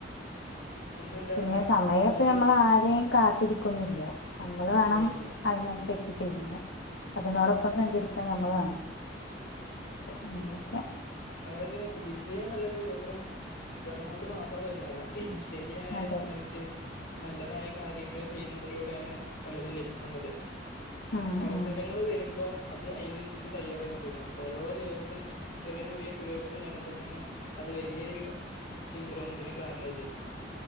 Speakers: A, on the left; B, on the left.
A: പിന്നെന്താ
B: പിന്നെ
A: ആഹ്
B: സമയപ്പ
A: സമയം
B: നമ്മളാരെയും കാ ത്തിരിക്കൊന്നുംല്ല നമ്മള് വേണം
A: ഇല്ല
B: അതിനനുസരിച്ച് ചെയ്യാന് അതിനോടൊപ്പം സഞ്ചരിക്കാൻ
A: ഉം
B: നമ്മൾ വേണം അങ്ങനെയൊക്കെ
A: അതായത് വിജയം ന്ന്ള്ളത് വെറും അധ്വാനം കൊണ്ട് മാത്രം വരുന്നതല്ല ശരിയായ
B: അതെ
A: സമയത്ത് നല്ലതായ കാര്യങ്ങൾ ചെയ്യുന്നതിലൂടെയാണ് പലതും ലഭിക്കുന്നത്
B: ഉം
A: അവസരങ്ങള്
B: ഉം
A: വരുമ്പോ അത് അയ്നന്സരിച്ച് തയ്യാറായിക്കൊണ്ടിരിക്കണം ഓരോ ദിവസം ചെറിയ ചെ റിയ പുരോഗതി നേടുമ്പോ തന്നെ അത് വലിയൊരു ഇംമ്പ്രൂവ്മെന്റിന് കാരണായിതീരും